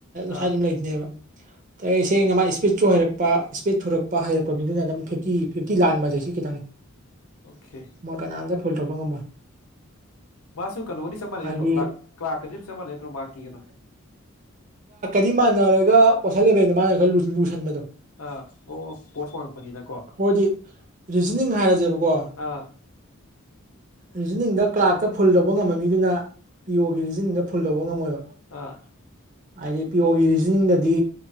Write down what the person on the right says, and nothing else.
ꯁ꯭ꯋꯥꯏꯗ ꯑꯗꯨꯝ ꯂꯩꯗꯣꯏꯅꯦꯕ
ꯁꯦꯡꯅ ꯃꯥ ꯏꯁꯄꯤꯠꯁꯨꯨ ꯍꯩꯔꯛꯄ ꯏꯁꯄꯤꯠ ꯊꯨꯔꯛꯄ ꯍꯩꯔꯛꯄ ꯃꯤꯗꯨꯅ ꯑꯗꯨꯝ ꯐꯤꯞꯇꯤ ꯐꯤꯞꯇꯤ ꯂꯥꯟꯕꯁꯦ ꯁꯤ ꯈꯤꯇꯪꯅꯤ
ꯀꯅꯥꯝꯇ ꯐꯨꯜ ꯇꯧꯕ ꯉꯝꯃꯣꯏ
ꯍꯥꯏꯗꯤ
ꯗꯤ ꯃꯥꯟꯅꯔꯒ ꯀꯣꯏꯁꯜ ꯂꯦꯕꯦꯜꯗ‌ꯣ ꯃꯥꯅ ꯈꯔ ꯂꯨꯁꯟꯕꯗꯣ
ꯑꯩꯈꯣꯏꯗꯤ ꯔꯤꯖꯅꯤꯡ ꯍꯥꯏꯔꯁꯦꯕꯀꯣ
ꯔꯤꯖꯅꯤꯡꯗ ꯀꯂꯥꯔꯛꯇ ꯐꯨꯜ ꯇꯧꯕ ꯉꯝꯕꯃꯤꯗꯨꯅ ꯄꯤ ꯑꯣꯒꯤ ꯔꯤꯖꯅꯤꯡꯗ ꯐꯨꯜ ꯇꯧꯕ ꯉꯝꯃꯣꯏꯕ
ꯍꯥꯏꯗꯤ ꯄꯤ ꯑꯣꯒꯤ ꯔꯤꯖꯅꯤꯡꯗꯗꯤ